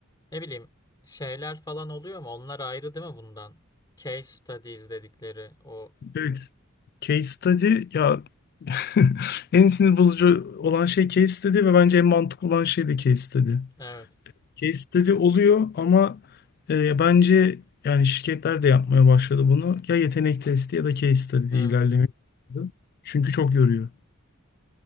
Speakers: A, on the left; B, on the left.
A: ne bileyim şeyler falan oluyor mu? Onlar ayrı değil mi bundan? Case studies dedikleri o.
B: Evet. Case study ya <laughs> en sinir bozucu olan şey case study ve bence en mantıklı olan şey de case study.
A: Evet.
B: Case study oluyor ama e, bence yani şirketler de yapmaya başladı bunu. Ya yetenek testi ya da case study
A: Evet.
B: diye ilerlemek. Çünkü çok yoruyor.